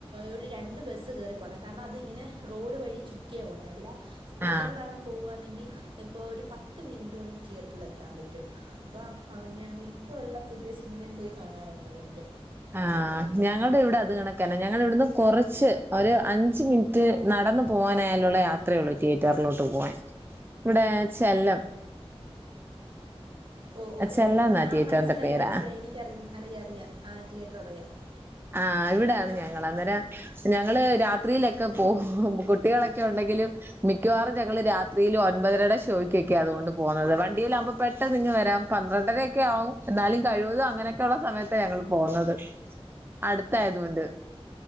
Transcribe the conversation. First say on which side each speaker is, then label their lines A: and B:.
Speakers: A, on the right (about 50°); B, on the right (about 20°).
A: ഒരു രണ്ട് ബസ്സ് കേറിപ്പോണം കാരണം അതിങ്ങനെ റോഡ് വഴി ചുറ്റിയാ പോന്നേ അല്ല സ്കൂട്ടറിലാണ്
B: ആ
A: പോവാണെങ്കി ചെലപ്പോ ഒരു പത്ത് മിനിറ്റൊണ്ട് തിയേറ്ററിലെത്താൻ പറ്റും പറ്റും അപ്പോ അവ ഞാൻ മിക്കേള്ള പുതിയ സിനിമയും പോയി കാണാറുണ്ട് പണ്ട്
B: ആഹ് ഞങ്ങള്ടെ ഇവിടെ അത് കണക്കെന്നെ ഞങ്ങള്ടെ ഇവിടുന്ന് കുറച്ച് ഒരു അഞ്ച് മിനിറ്റ് നടന്നു പോകാനായാലുള്ള യാത്രേ ഒള്ളൂ തിയേറ്ററിലോട്ട് പോവാൻ ഇവടെ ചെല്ലം
A: ഓ ഓ
B: ചെല്ലം
A: ഓ
B: എന്നാ
A: ആ
B: തിയേറ്ററിന്റെ
A: മനസ്സിലായി
B: പേരാ
A: മനസ്സിലായി എനിക്കറി അറിയാം അറിയാം ആ തിയേറ്റർ അറിയാം
B: ആഹ് ഇവിടാണ്
A: ആ
B: ഞങ്ങൾ അന്നേരം ഞങ്ങള് രാത്രീലൊക്കെ പോവും കുട്ടികളൊക്കെ ഉണ്ടെങ്കിലും മിക്കവാറും ഞങ്ങള് രാത്രീല് ഒൻമ്പതരേടെ ഷോയ്ക്കൊക്കെയാ അതുകൊണ്ട് പോകുന്നത് വണ്ടിലാവുംമ്പോ പെട്ടെന്നിങ്ങ് വരാം പന്ത്രണ്ടരൊക്കെ ആവും എന്നാലും കഴിവതും അങ്ങനെയൊക്കെയുള്ള സമയത്താ ഞങ്ങള് പോന്നത് അടുത്തായതൊണ്ട്